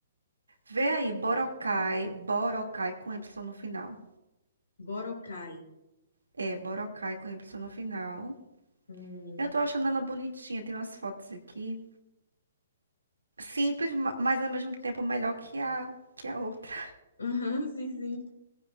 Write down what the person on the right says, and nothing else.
vê aí, Boracay, Boracay com Y no final.
É, Boracay com Y no final.
Eu tô achando ela bonitinha, tem umas fotos aqui. Simples, ma- mas ao mesmo tempo melhor que a, que a outra.